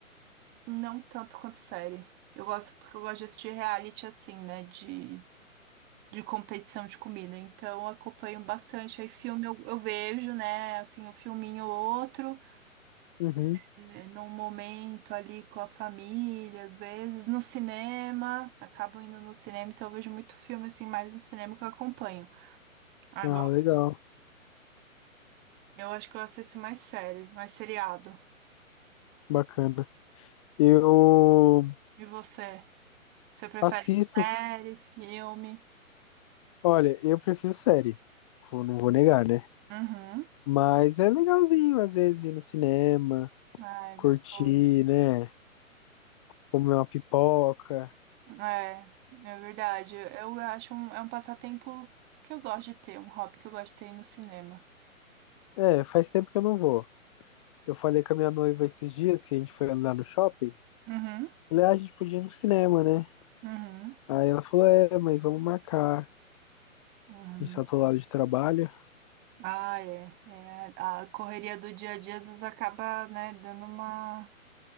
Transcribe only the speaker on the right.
não tanto quanto série. Eu gosto porque eu gosto de assistir reality assim, né? De, de competição de comida. Então eu acompanho bastante. Aí filme eu, eu vejo, né? Assim, um filminho ou outro,
é, num momento ali com a família, às vezes, no cinema. Acabo indo no cinema, então eu vejo muito filme assim, mais no cinema que eu acompanho. Agora
eu acho que eu assisto mais série, mais seriado.
E você? Você prefere
série,
filme?
Uhum.
Ai,
gostoso.
É, é verdade. Eu acho um, é um passatempo que eu gosto de ter, um hobby que eu gosto de ter no cinema.
Uhum,
uhum,
uhum.
Ah, é, é. A correria do dia a dia às vezes acaba, né, dando uma.